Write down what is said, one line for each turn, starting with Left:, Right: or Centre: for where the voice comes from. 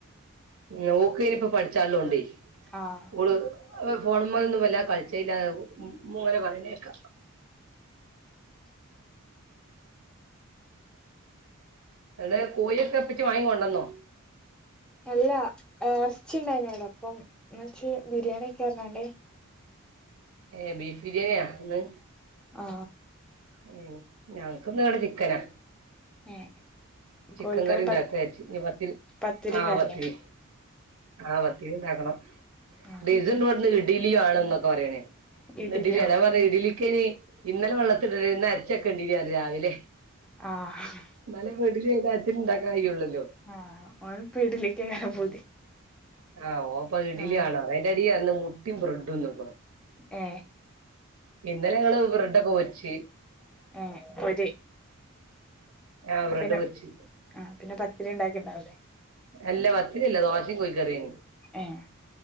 Right: ഉം ഓക്ക് ഇനിയിപ്പോ പഠിച്ചാല്ലോണ്ടേ
Centre: ആഹ്
Right: ഓൾ ഫോണ്മ്മലൊന്നും വല്ല കളിച്ച ചെയല്ലാ മോ മുങ്ങനെ പറനേക്ക അടെ കോഴൊക്കെ എപ്പറ്റി വാങ്ങൊണ്ടന്നോ
Centre: എല്ല ഇറച്ചിണ്ടായിനോടൊപ്പം എന്ന് വെച്ച് ബിരിയാണി ഒക്കെ അണണ്ടേ
Right: ഏ ബീഫ് ബിരിയാണിയ ഇന്ന്
Centre: ആ
Right: ഉം ഞങ്ങക്ക് ഇന്ന് ഇവിടെ ചിക്കനാ
Centre: ഏഹ്
Right: ചിക്കൻ
Centre: കോഴിക്കറിയും
Right: കറി ഉണ്ടാക്കച്ച
Centre: പ
Right: ഇ പത്തിരി
Centre: പത്തിരിയൊക്കെയാരില്ലേ
Right: ആഹ് പത്തിരി ആ പത്തിരിണ്ടാക്കണം
Centre: ആഹ്
Right: ഡിസിൽ ഇന്ന് വന്ന് ഇഡലി വാണം എന്നൊക്കെ പറയണേ ഇന്ന്
Centre: ഇഡ്ലിയോ
Right: ഇഡിലിയാ ഞാൻ പറഞ്ഞ് ഇഡിലിക്ക് ഇനി ഇന്നലെ വള്ളത്തിലിഡാ ഇന്ന് അ അരച്ച് വെക്കണ്ടീർന്ന് റ രാവില
Centre: ആഹ്
Right: ന്നാലെ വേ ഇഡ്ഡലി ഈ നേരത്തിന് ഇണ്ടാക്കാൻ കഴിയുള്ളല്ലോ
Centre: ആഹ് ഓനിപ്പ ഇഡ്ലിക്കാണ്
Right: ആ
Centre: പൂതി
Right: ആ ഓ അപ്പ ഇഡലി
Centre: ആഹ്
Right: ആണോ എന്റെ അടി അന്ന് മുട്ടിയും ബ്രഡും തിന്നോ
Centre: ഏ
Right: ഇന്നലെ ഞങ്ങള് ബ്രെഡൊക്കെ പൊരിച്ച്
Centre: ഏഹ് പൊരി
Right: ആ ബ്രെഡ്
Centre: പിന്നെ
Right: പൊരിച്ച്
Centre: ആ പിന്നെ പത്തിരി ഉണ്ടാക്കിണ്ടാവല്ലേ
Right: അല്ല വത്തിരില്ല ദോശയും കോഴി കറിയോം
Centre: ഏഹ്